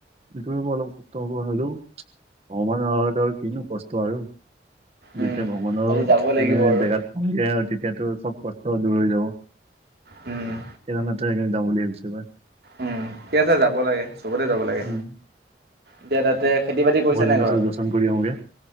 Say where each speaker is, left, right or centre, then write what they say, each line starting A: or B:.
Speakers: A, on the right; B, on the right.
A: এইটো অলপ কষ্ট হ'ব নোৱাৰলেও ভানৰ ভাৰতৰ কিনো কষ্ট আৰু
B: উম
A: যেতিয়া ভ্ৰমণৰ
B: খালি যাব লাগিব
A: মানে
B: আৰু
A: জেগাত পাায় আৰু তেতিয়াতো চব কষ্ট দূৰ হৈ যাব।
B: উম,
A: সেইদান যাওঁ বুলি ভাবিছে
B: উম ঠিক আছে যাব লাগে চবতে যাব লাগে
A: উম
B: এতিয়া তাতে খেতি বাতি কৰিছে
A: ভোলেনাথৰ
B: নে ঘৰত
A: দৰ্শন কৰি আহোগে